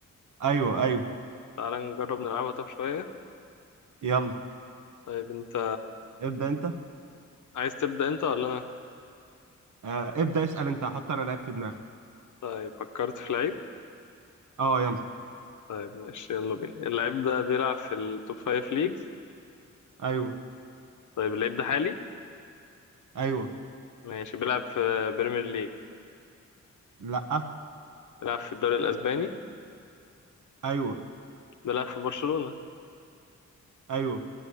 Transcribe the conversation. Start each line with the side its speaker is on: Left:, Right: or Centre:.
Right: ايوه ايوه
Left: تعال نجرب نلعبها طب شويه
Right: يلا
Left: طيب انت
Right: ابدا انت
Left: عايز تبدأ انت ولا انا
Right: آه ابدا اسال انت هحط انا لعيب في دماغي
Left: طيب فكرت في لعيب
Right: اه يلا
Left: طيب ماشي يلا بينا اللعيب ده بيلعب في التوب فايف ليجز
Right: ايوه
Left: طيب اللعيب ده حالي
Right: ايوه
Left: ماشي بيلعب في بريمير ليج
Right: لا
Left: بيلعب في الدوري الاسباني
Right: ايوه
Left: بيلعب في برشلونة
Right: ايوه